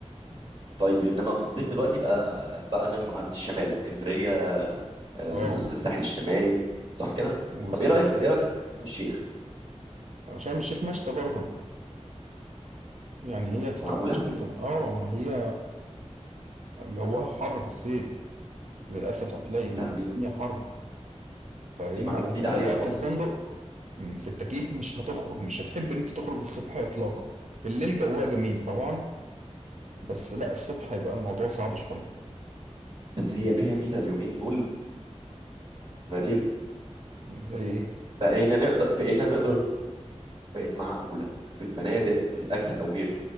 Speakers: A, on the right; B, on the right.
A: طيب انما في الصيف دلوقتي بقى بقى نطلع عند الشمال اسكندريه الساحل
B: اه
A: الشمالي صح كده
B: والصيف
A: طب ايه رايك في ايه رايك في شرم الشيخ
B: شرم الشيخ مشتى برضه يعني هي تتراح
A: معقوله
B: في الشتاء اه ما هي جواها حر في الصيف للاسف هتلاقي الدنيا
A: لا دي
B: حر فيا
A: دي
B: اما
A: معلومه
B: هتفضل
A: جديده عليها
B: قاعد
A: خالص
B: في الفندق مم، في التكييف مش هتخرج مش هتحب ان انت تخرج الصبح اطلاقا بالليل جوها جميل طبعا بس لا الصبح هيبقى الموضوع صعب شويه
A: بس هي فيها ميزه اليومين دول سنتين
B: مم، زي ايه
A: بقينا نقدر بقينا نقدر بقت معقوله في الفنادق وفي الاكل او غيره